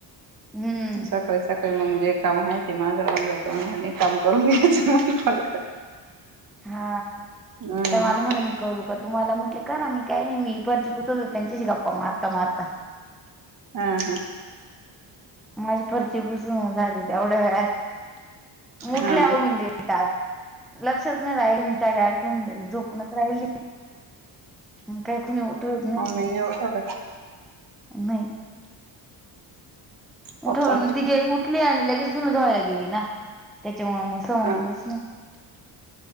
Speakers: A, in the centre; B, on the right (about 45°).
A: हम्म
B: सकाळी सकाळी मग जे काम आहे ते माग राहून जातो म्ह काम करून घ्यायचं मग
A: हा
B: हम्म
A: त्यामल मुणी म करू का तुम्हाला म्हटले करा मी काही नाही मी फर्जी पुसवते त्यांच्याशी गप्पा मारता मारता
B: हा हा
A: माझी फर्ची पुसून झाली तेवढ्या वेळत मुठल्या
B: हा
A: आ म लेटात लक्षच नाही राहिल मीच्या ग्या आठवून गेलो झोपूनच राहिल काही खुणी उओठ हो येत नाही
B: म एवढ स
A: नाही
B: पप्पां
A: उठवलं
B: ते
A: ती गे उठली आणि लगेच जुन धवायला गेली ना त्याच्यामु मग समजलंच
B: हा
A: नाही